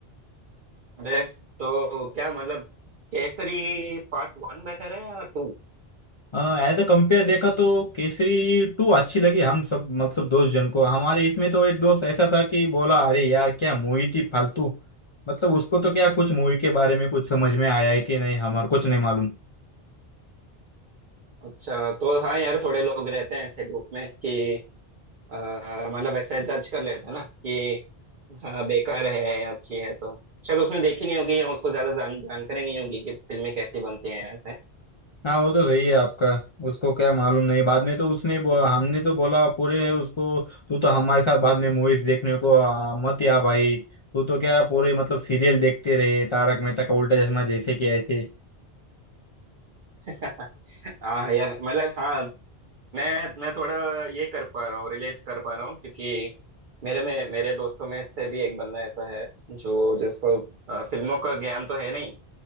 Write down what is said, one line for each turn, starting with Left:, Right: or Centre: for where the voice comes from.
Right: अरे तो क्या मतलब केसरी पार्ट वन बेटर है या टू
Left: एज अ कंपेयर देखा तो केसरी टू अच्छी लगी हम सब मतलब दोस्त जन को हमारे इसमें तो एक दोस्त ऐसा था कि बोला अरे यार क्या मूवी थी फालतू मतलब उसको तो क्या कुछ मूवी के बारे में कुछ समझ में आया है कि नहीं हमारे कुछ नहीं मालूम
Right: अच्छा तो हाँ यार थोड़े लोग रहते हैं ऐसे ग्रुप में कि अ, मतलब ऐसे जज कर लेते हैं ना कि हाँ बेकार है या अच्छी है तो शायद उसने देखी नहीं होगी या उसको ज्यादा जान जानकारी नहीं होगी कि फिल्में कैसी बनती हैं ऐसे
Left: हाँ वो तो सही है आपका उसको क्या मालूम नहीं बाद में तो उसने बो, हमने तो बोला पूरे उसको तू तो हमारे साथ बाद में मूवीज देखने को आ, मत या भाई तू तो क्या पूरे मतलब सीरियल देखते रहे तारक मेहता का उल्टा चश्मा जैसे कि ऐसे
Right: <laughs> हाँ यार मतलब हाँ मैं मैं थोड़ा ये कर पा रहा हूँ रिलेट कर पा रहा हूँ क्योंकि मेरे में मेरे दोस्तों में से भी एक बंदा ऐसा है जो जिसको अ, फिल्मों का ज्ञान तो है नहीं